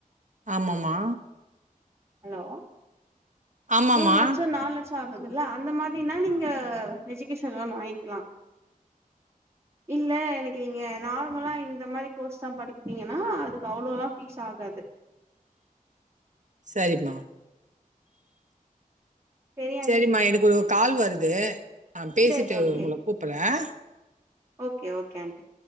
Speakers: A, on the right; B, on the right.
A: ஆம்மாம்மா
B: ஹலோ
A: ஆமாமா.
B: மூணு லட்சோ நாலு லட்சோ ஆகுதுல்ல அந்த மாதிரினா நீங்க எஜுகேஷன் லோன் வாங்கிக்லா இல்ல எனக்கு நீீங்க நார்மலா இந்த மாரி கோர்ஸ் தா படிக்கறீங்கனா அதுக்கு அவ்ளோல்லா ஃபீஸ் ஆகாது
A: சேரிம்மா
B: செரி ஆண்டி
A: சேரிம்மா எனக்கு ஒரு கால் வருது நா பேசிட்டு
B: செரி ஓகே
A: உங்களக் கூப்பட்றே
B: ஓகே ஓகே ஆன்ட்டி